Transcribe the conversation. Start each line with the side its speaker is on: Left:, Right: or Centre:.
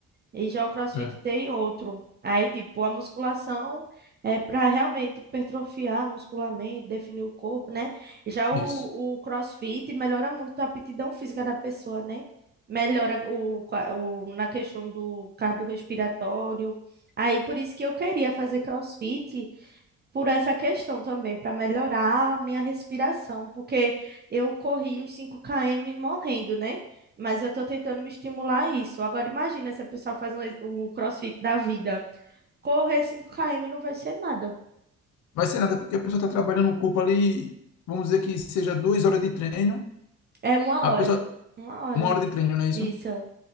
Right: E já o CrossFit
Left: É,
Right: tem outro. Aí, tipo, a musculação é para realmente hipertrofiar muscularmente, definir o corpo, né? Já o,
Left: isso.
Right: o CrossFit melhora muito a aptidão física da pessoa, né? Melhora o, qua- o, na questão do cardiorrespiratório. Aí, por isso que eu queria fazer CrossFit por essa questão também, para melhorar a minha respiração, porque eu corri os cinco km morrendo, né? Mas eu estou tentando me estimular a isso. Agora imagina se a pessoa faz um, ex- um CrossFit da vida. Correr cinco km não vai ser nada.
Left: Vai ser nada porque a pessoa está trabalhando o corpo ali, vamos dizer que seja duas horas de treino,
Right: É uma
Left: a
Right: hora.
Left: pessoa,
Right: Uma hora.
Left: uma hora de treino, não é isso?
Right: Isso.